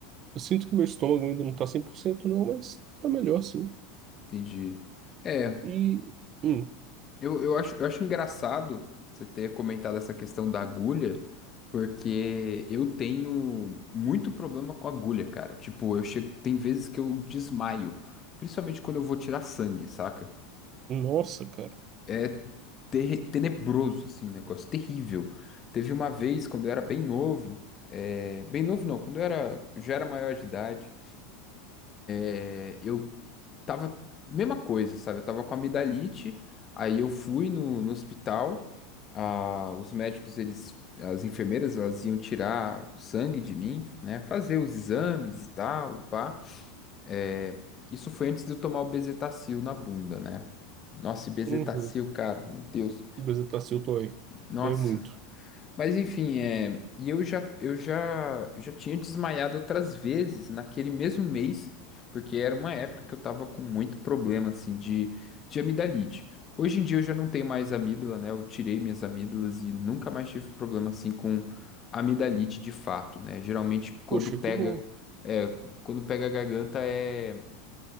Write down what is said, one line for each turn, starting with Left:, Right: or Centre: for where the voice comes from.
Right: eu sinto que meu estômago ainda não tá 100%, não, mas tá melhor, sim.
Left: Entendi. É,
Right: E, hum,
Left: eu, eu acho, eu acho engraçado você ter comentado essa questão da agulha, porque eu tenho muito problema com agulha, cara. Tipo, eu chego, tem vezes que eu desmaio, principalmente quando eu vou tirar sangue, saca?
Right: nossa, cara.
Left: É ter- tenebroso, assim, um negócio terrível. Teve uma vez, quando eu era bem novo, é, bem novo não, quando eu era, já era maior de idade, é, eu tava, mesma coisa, sabe? Eu tava com amidalite, aí eu fui no, no hospital, ah, os médicos, eles, as enfermeiras, elas iam tirar o sangue de mim, né? Fazer os exames e tal, e pá. É, isso foi antes de eu tomar o Bezetacil na bunda, né? Nossa, e Bezetacil,
Right: Uhum.
Left: cara, meu Deus.
Right: Bezetacil dói.
Left: Nossa,
Right: Dói muito.
Left: Mas enfim, é, e eu já, eu já, eu já tinha desmaiado outras vezes naquele mesmo mês, porque era uma época que eu tava com muito problema, assim, de, de amidalite. Hoje em dia eu já não tenho mais amígdala, né? Eu tirei minhas amígdalas e nunca mais tive problema, assim, com amidalite de fato, né? Geralmente quando
Right: Poxa,
Left: pega,
Right: que bom.
Left: é, quando pega a garganta é,